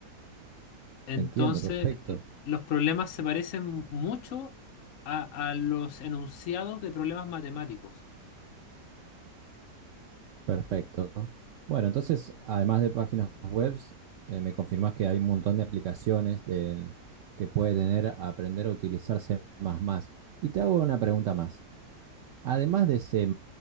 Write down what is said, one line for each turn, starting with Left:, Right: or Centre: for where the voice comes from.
Left: Entonces,
Right: Entiendo, perfecto.
Left: l- los problemas se parecen mucho a, a los enunciados de problemas matemáticos.
Right: Perfecto. Bueno, entonces, además de páginas web, eh, me confirmás que hay un montón de aplicaciones del- que puede tener a aprender a utilizar C++. Y te hago una pregunta más. Además de C++,